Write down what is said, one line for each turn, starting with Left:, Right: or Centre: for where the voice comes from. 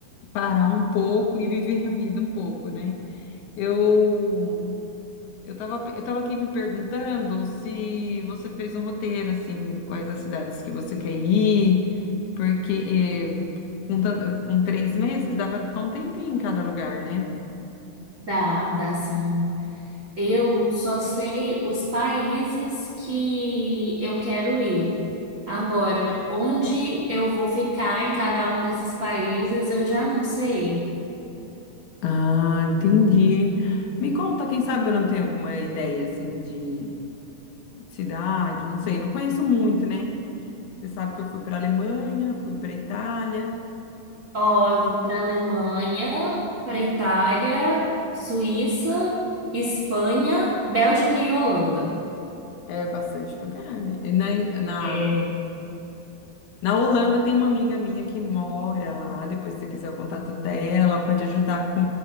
Left: parar um pouco e viver a vida um pouco, né? Eu Eu estava eu tava aqui me perguntando se você fez um roteiro, assim, quais as cidades que você quer ir, porque eh, com, tan- com três meses dá para ficar um tempinho em cada lugar, né?
Right: dá, dá sim. Eu só sei os países que eu quero ir. Agora, onde eu vou ficar em cada um desses países, eu já não sei.
Left: Ah, entendi. Me conta, quem sabe eu não tenho alguma ideia, assim, de cidade, não sei, não conheço muito, né? Você sabe que eu fui para Alemanha, fui para Itália,
Right: Ó, eu vou para Alemanha, para Itália, Suíça, Espanha, Bélgica e Holanda.
Left: é bastante lugar, né? E na,
Right: É,
Left: Na Holanda tem uma amiga minha que mora lá. Depois, se você quiser o contato dela, ela pode ajudar com